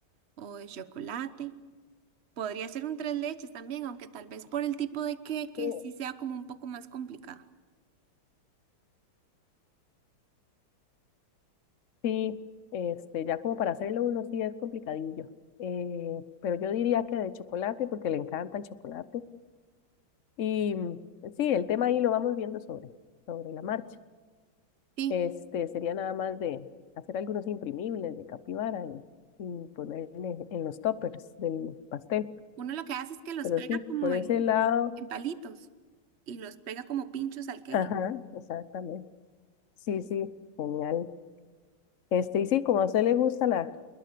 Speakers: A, on the right; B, on the left.
A: o de chocolate. Podría ser un tres leches también, aunque tal vez por el tipo de queque
B: Sí,
A: sí sea como un poco más complicado.
B: Sí, este, ya como para hacerlo uno sí es complicadillo. Eh, pero yo diría que de chocolate, porque le encanta el chocolate. Y mm, sí, el tema ahí lo vamos viendo sobre, sobre la marcha.
A: Sí,
B: Este, sería nada más de hacer algunos imprimibles de capibara y, y ponerle en los toppers del pastel.
A: uno lo que hace es que los
B: Pero
A: pega
B: sí,
A: como
B: por
A: en,
B: ese lado,
A: en palitos y los pega como pinchos al queque.
B: ajá, exactamente. Sí, sí, genial. Este, y sí, como a usted le gusta la,